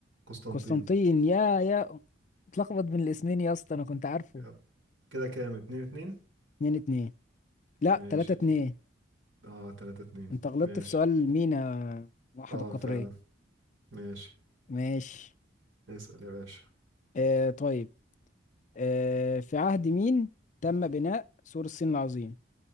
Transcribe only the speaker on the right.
قسطنطين
يب. كده كام اتنين اتنين
ماشي
اه تلاتة اتنين
ماشي
اه
فعلا ماشي
اسأل يا باشا